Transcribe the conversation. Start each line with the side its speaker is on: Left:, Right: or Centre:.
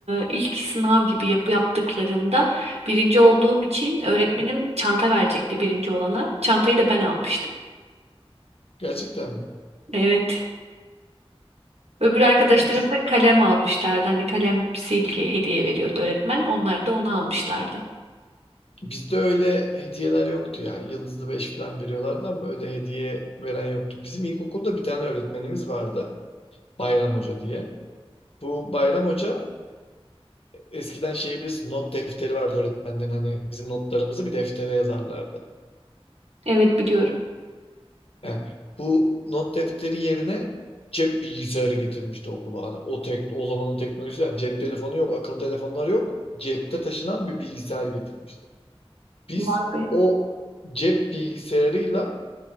Right: e, ilk sınav gibi yap yaptıklarında birinci olduğum için öğretmenim çanta verecekti birinci olana. Çantayı da ben almıştım.
Left: Gerçekten mi?
Right: Evet. Öbür arkadaşlarım
Left: Biz,
Right: da kalem almışlardı. Hani kalem silgi hediye veriyordu öğretmen. Onlar da onu almışlardı.
Left: bizde öyle hediyeler yoktu ya. Yıldızlı beş falan veriyorlardı ama öyle hediye veren yoktu. Bizim ilkokulda bir tane öğretmenimiz vardı. Bayram Hoca diye. Bu Bayram Hoca eskiden şey bilirsin not defteri vardı öğretmenlerin hani bizim notlarımızı bir deftere yazarlardı.
Right: Evet biliyorum.
Left: Yani bu not defteri yerine cep bilgisayarı getirmişti okula. Hani o tek o zamanın teknolojisi yani cep telefonu yok, akıllı telefonlar yok. Cepte taşınan bir bilgisayar getirmişti. Biz
Right: Vay be.
Left: o cep bilgisayarıyla